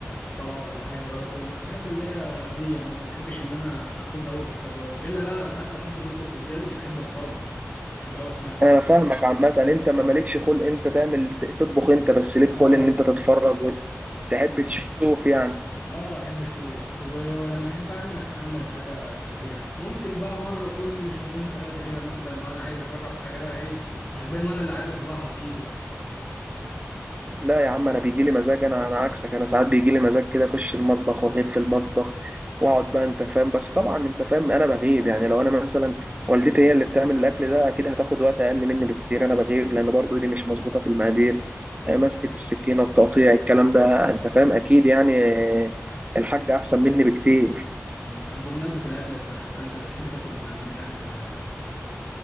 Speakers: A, on the left (about 45°); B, on the right (about 30°).
A: في طبق ولا حاجه واكل الحاجات اللي هي دي يعني ما بحبش ان انا اخوض قوي في التجارب الا بقى لو انت عارف لو حد بيطبخ قدامي احب اتفرج احب قوي اتمتع
B: انا
A: بال-
B: فاهمك عامه انت ما مالكش خلق انت تعمل تطبخ انت بس ليك
A: لا
B: خلق
A: لا
B: ان
A: لا
B: انت تتفرج
A: لا
B: وتحب تشوف يعني
A: اه احب اشوف س- و- ولما احب اعمل اعمل حاجه السريعه ممكن بقى مره كل شهرين ثلاثه كده مثلا لو انا عايز اجرب حاجه بقى ايه عجباني وانا اللي عايز اطلعها بايدي بقى
B: لا يا عم انا بيجي لي مزاج انا انا عكسك انا ساعات بيجي لي مزاج كده اخش المطبخ واغيب في المطبخ واقعد بقى انت فاهم بس طبعا انت فاهم انا بغيب يعني لو انا مثلا والدتي هي اللي بتعمل الاكل ده اكيد هتاخد وقت اقل مني بكتير انا بغيب لان برضو ايدي مش مظبوطه في المقادير آه، مسكه السكينه التقطيع الكلام ده انت فاهم اكيد يعني آه، الحاجه احسن مني بكتير
A: مم. طب بمناسبه الاكل البحري بقى انت بتحب تاكل من عند مين اكل بحري بقى